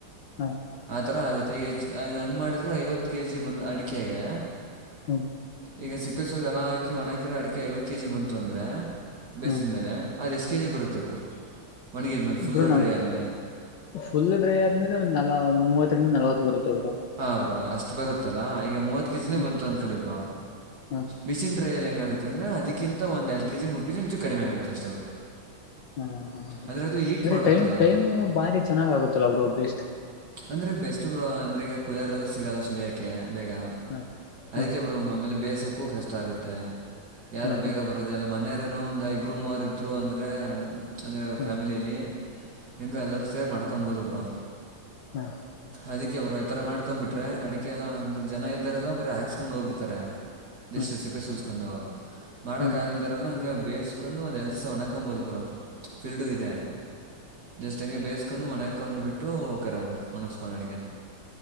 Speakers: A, on the left; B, on the right.
A: ಹಾ
B: ಆ ಥರ ಆಗುತ್ತೆ ಈಗ ಹಂಗಗೆ ಮಾಡಿದ್ರೆ ಐವತ್ತು ಕೆಜಿ ಬಂದು ಅಡಿಕೆಗೆ.
A: ಹ್ಮ
B: ಈಗ ಸಿಪ್ಪೆ ಸೋಲ್ ಎಲ್ಲ ಹಾಕಿ ಒಣಕಿರ ಅಡಿಕೆ ಐವತ್ತು ಕೆಜಿ ಬಂತು ಅಂದ್ರೆ ಬೇಸಿನ
A: ಹ್ಮ್
B: ಮೇಲೆ ಅದ ಎಷ್ಟ. ಕೆ ಜಿ ಬರುತ್ತೆ ಬ್ರೋ. ಒಣಗಿದ ಮೇಲೆ ಫುಲ್ಲು
A: ಬ್ರಣ
B: ಡ್ರೈ ಆದಮೇಲೆ
A: ಫುಲ್ ಡ್ರೈ ಆದ್ಮೇಲೆ ಒಂದ್ ನ ಮೂವತ್ತರಿಂದ ನಲ್ವತ್ವ ಬರುತ್ತೆ. ತ್ತರ
B: ಹಾಂ ಅಷ್ಟು ಬರುತ್ತಲ್ಲಾ ಈಗ ಮೂವತ್ ಕೆಜಿನೇ
A: ಹ್ಮ
B: ಬಂತು ಅಂದಕಳಬ್ರ
A: ಹ್ಮ ಹ್ಮ
B: ಬಿಸಿನ್್ರ ಎ ಹೆಂಗ ಆುತ್ತೆಂದ್ರೆ ಅದಕ್ಕಿಂತ ಒಂದ ಎರಡು ಕೆಜಿ ಮೂರು ಕೆಜಿ ಇಂಚ ಕಡಿೆಮೇ ಆಗೈೆ ಅಷ್ಟೆ ಬ್ರೋ.
A: ಹಾ ಹ್ಮ ಹ
B: ಅಂದರೆ ಅದು ಹೀಟ್
A: ಅಂದ್ರೆ
B: ಮಾಡುತ್ತಲ್ಲ
A: ಟೈಮ್ ಟೈಮ್ ಬಾರಿ ಚೆನ್ನಾಗ್ ಆಗುತ್ತಲ್ಲ ಅವ್ರರು ಒಬ್ಬ್ಯ
B: ಅಂದ್ರೆ ಬೆಸ್ಟ್ ಬ್ರೋ ಅಂದ್ರೆ ಈಗ ಕುದಿಯರೆ ಎಲ್ಲ ಸಿಗಲ್ಲ ಸುಳಿಯಕೆ. ಬೇಗ
A: ಹ
B: ಅದಕ್ಕೆ
A: ಹ್ಮ
B: ಬ್ರೋ ಆಮೇಲೆ ಬೇಯಸೋಕ್ಕೂ ಕಷ್ಟ ಆಗುತ್ತೆ. ಯಾರು
A: ಹ್ಮ್ ಹ್ಮ್
B: ಬೇಗ ಬರೋದೆೇ ಅಲ್ಲ ಮನೆಯಾರೇನೋ ಒಂದ್ ಇಬರು ಮೂವರ್ ಇದ್ರು ಅಂದ್ರೆ. ಅಂದ್ರೆ
A: ಹ್ಮ್ ಹ್ಮ್
B: ಫ್ಯಾಮಿಲಿ ಹೆಿಂಗ ಎಲ್ಲರೂ ಸೇರ್ ಮಾಡ್ಕೊಬಹದು ಬ್ರೋ.
A: ಹಾ
B: ಅದಕ್ಕೆ ಬ್ರೋ ಈತರ ಮಾಡ್ಕೊಂಡ್ ಬಿಟ್ರ ಅಡಕೆಲ್ಲಾ ಜನ ಇದ್ದಾರೆಲ್ಲ ಬರೀ ಹಾಕ್ಸ್ಕೊಂಡ್ ಹೋಗ್ಬಿಡ್ತಾರೆ. ಜಸ್ಟ್
A: ಹ್ಮ್
B: ಸಿಪೆ ಸುಳ್ಸ್ಕೊಂಡು ಮಾಡಕ್
A: ಹ್ಮ್ ಹ್ಮ ಹ್ಮ್ ಹ್ಮ್ ಹ್ಮ ಹ್ಮ್
B: ಆಗಲ್ದರೆಲ್ಲ ಹಂಗೆ. ಬೇಸ್ಕೊಂಡ ಒಂದ ಎಲ್ ದಿವ್ಸ ಹೊಣಾಕಬಹುದು ಬರು ಫೀಲ್ಡು ಇದೆ ಜಸ್ಟ್ ಹಂಗೆ ಬೇಸ್.... ಹ ಒಣಕೊಂಡ್ ಬಿಟ್ಟು ಹಕಾರೆರು ಒಣಸ್ಕೊಂಡ್ ಅಡಗ